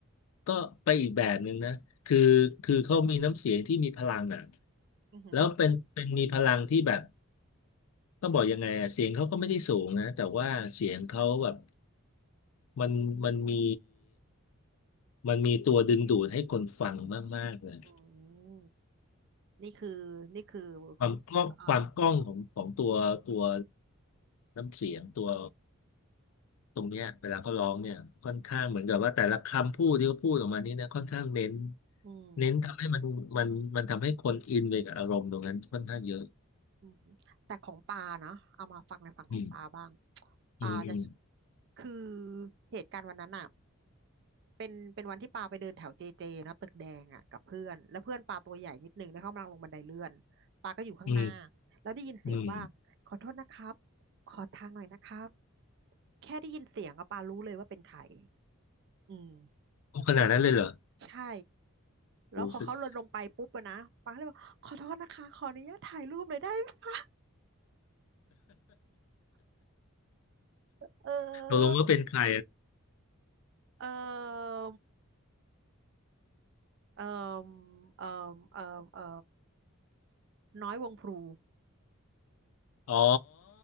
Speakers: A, on the left (about 75°); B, on the right (about 55°).
A: ก็ไปอีกแบบหนึ่งนะคือคือเขามีน้ำเสียงที่มีพลังอ่ะ
B: อือหือ
A: แล้วเป็นเป็นมีพลังที่แบบต้องบอกยังไงอะเสียงเขาก็ไม่ได้สูงนะแต่ว่าเสียงเขาแบบ มันมันมีมันมีตัวดึงดูดให้คนฟังมากๆเลย
B: อืมนี่คือนี่คือ
A: ความกล้องความกล้องของของตัวตัว
B: อ่า
A: น้ำเสียงตัวตรงเนี้ยเวลาเขาร้องเนี่ยค่อนข้างเหมือนกับว่าแต่ละคำพูดที่เขาพูดออกมานี้นะค่อนข้างเน้น
B: อืม
A: เน้นทำให้มันมันมันทำให้คนอินไปกับอารมณ์ตรงนั้นค่อนข้างเยอะ
B: อืมแต่ของปานะเอามาฟังในฝั่งของปาบ้าง
A: อืม
B: ปาจะ
A: อืมอืม
B: คือ เหตุการณ์วันนั้นอ่ะ เป็นเป็นวันที่ปาไปเดินแถวเจเจนะตึกแดงอ่ะกับเพื่อนแล้วเพื่อนปาตัวใหญ่นิดนึงแล้วเขากำลังลงบันไดเลื่อนปาก็อยู่ข้างหน้า
A: อืม
B: แล้วได้ยินเสียงว่าขอโทษนะครับ
A: อืม
B: ขอทางหน่อยนะครับแค่ได้ยินเสียงอะปารู้เลยว่าเป็นใครอืม
A: โอ้ขนาดนั้นเลยเหรอ
B: แล้วใช่แล้วพอเขาลดลงไปปุ๊บอะนะปาก็เลยบอกขอโทษนะคะขออนุญาตถ่ายรูปหน่อยได้ไหมคะ
A: โอ้ <laughs>
B: เออ
A: ตกลงว่าเป็นใคร
B: เออเออเออเออเออน้อยวงพลู
A: อ๋อ